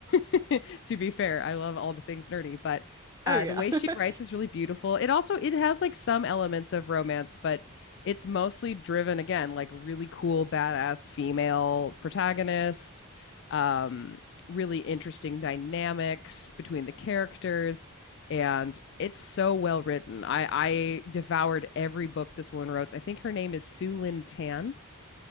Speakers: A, on the left (about 55°); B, on the right (about 15°).
A: <laughs> to be fair, I love all the things nerdy. But uh,
B: oh yeah.
A: the way she
B: <laughs>
A: writes is really beautiful. It also it has like some elements of romance, but it's mostly driven again like really cool, badass female protagonist. Um, really interesting dynamics between the characters and it's so well written. I, I devoured every book this woman wrote. I think her name is Sue Lin Tan,